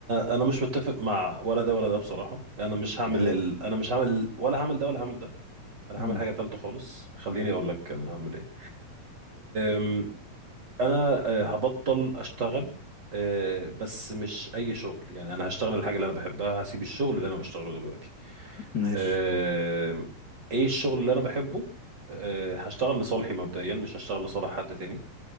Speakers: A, on the right; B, on the left.
A: آه، انا مش متفق مع ولا ده ولا ده بصراحة انا مش هعمل
B: يلا
A: ال... انا مش هعمل ولا هعمل ده ولا هعمل ده انا
B: مم،
A: هعمل حاجة تالتة خالص خليني اقول لك انا هعمل ايه آم، انا آه، هبطل اشتغل آه، بس مش اي شغل يعني انا هشتغل الحاجة اللي انا بحبها هسيب الشغل اللي انا بشتغله دلوقتي
B: ماشي
A: آه، ايه الشغل اللي انا بحبه آه، هشتغل لصالحي مبدئيا مش هشتغل لصالح حد تاني